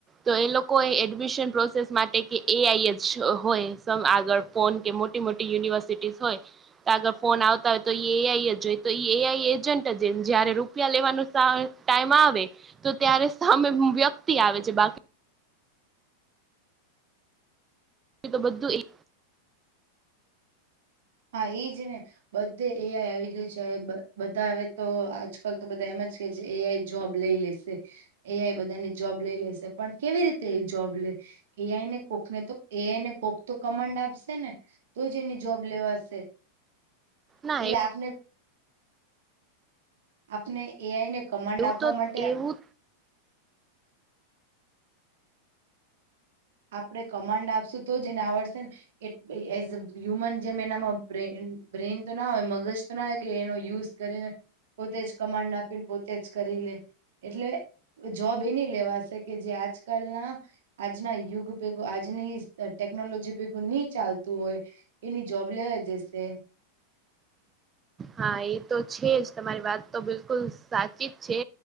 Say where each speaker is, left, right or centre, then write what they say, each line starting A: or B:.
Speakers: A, on the right; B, on the right.
A: તો એ લોકો એડમિશન પ્રોસેસ માટે કે એ આઈ જ હોય આગળ ફોન કે મોટી મોટી યુનિવર્સિટીઝ હોય આગળ ફોન આવતા હોય તો એ એઆઈ જ હોય તો એ એઆઈ એજન્ટ જ જયારે રૂપિયા લેવાનું સ ટાઈમ આવે તો ત્યારે સામે વ્યક્તિ આવે છે. બાકી તો બધું એક
B: હા એજને બધે એ આઈ આવી ગય છે. બધા આવે તો આજકાલ તો બધા એમ કે છે. એઆઈ જોબ લઈ લેશે એઆઈ બધાની જોબ લઈ લેશે પણ કેવી રીતે એ જોબ લે એઆઈને કોક ને તો એઆઈને કોક તો કમાન્ડ આપશે ને તો જ એની જોબ લેવાશે
A: ના
B: એટલે આપને આપને એઆઈ ને કમાન્ડ
A: એવું
B: આપવા
A: તો
B: માટે
A: એવું
B: આપડણે કમાન્ડ આપશું તો જેને આવડશે ને એ એઝ અ હ્યુમન જેમ એનામાં બ્રેઇન તો ના હોય મગજ તો ના હોય કે એનો યુઝ કરીને પોતે જ કમાન્ડ આપીને પોતે જ કરી લે એટલે જોબ એની લેવાશે કે જે આજકાલના આજના યુગ ભેગું આજની ટેકનોલોજી ભેગું નહી ચાલતું હોય એની જોબ લેવા જશે
A: હા એ તો છે. જ તમારી વાત તો બિલકુલ સાચી જ છે.